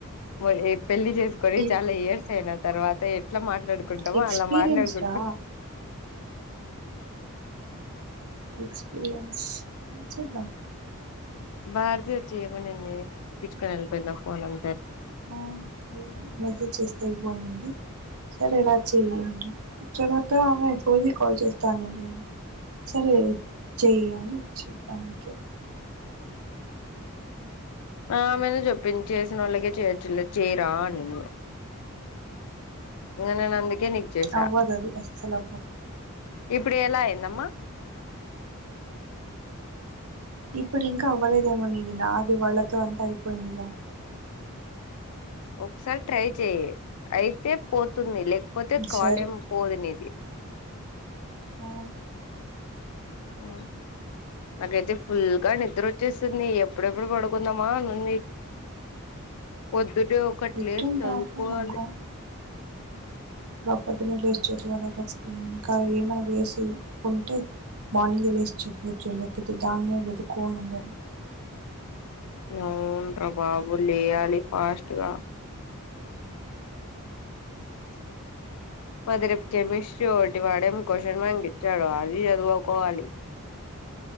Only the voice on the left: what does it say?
ఆ ఏ పెళ్లి చేసుకొని
చాలా ఇయర్స్ అయిన తర్వాత ఎట్లా మాట్ ట్లాడుకుంటామొ
అలా మాట్లాడుకుంటం
భారత వచ్చి ఏమనింది పిచ్చుకొని వెళ్ళిపోయిందా ఫోన్ అం
ఆ ఆమెను చెొప్పిింది చేసిన వాళ్ళకిే చేయొచ్చులే చేయ్ రా అనింది ఎనే నంది కే నీకు చేసా
ఇప్పుడు ఎలా అయిందమ్మా
ఒకసారి ట్రై చెయ్ అయితే పో తుంది లేకపోతే కాల్
ఎం పోదు నిది
ఆ నాకైతే ఫుల్గా నిద్ర వచ్చేసింది ఎప్పుడెప్పుడు పడుకుందామా అ నుంది పొద్దున్నే ఒకటి
లేసి చదువుకోవాలి
అవును రా బాబు లేయాలి ఫాస్ట్గా మాది రేప్ కెమిస్ట్రీ ఒకటి వాడేంకోషన్ బ్యాంకు ఇచ్చాడు అది చదువుకోవాలి